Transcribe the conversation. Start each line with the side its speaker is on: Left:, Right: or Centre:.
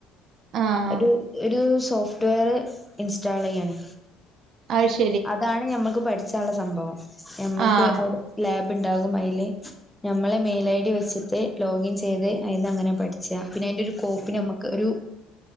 Right: ആഹ്
Centre: ഒരു ഒരു സോഫ്റ്റ്‌വെയർ ഇൻസ്റ്റാൾ ചെയ്യാണ്.
Right: ആഴ്ശ
Centre: അതാണ് ഞമ്മക്ക് പഠിച്ചാനുള്ള സംഭവം. ഞമ്മക്ക്
Right: ആഹ്
Centre: അവിടെ ലാബ് ഉണ്ടാകും അതില് ഞമ്മളെ മെയിൽ ഐ ഡി വെച്ചിട്ട് ലോഗിൻ ചെയ്ത് അതിന്ന് അങ്ങനെ പഠിച്ച പിന്നെ അതിന്റെ ഒരു കോപ്പി നമുക്ക് ഒരു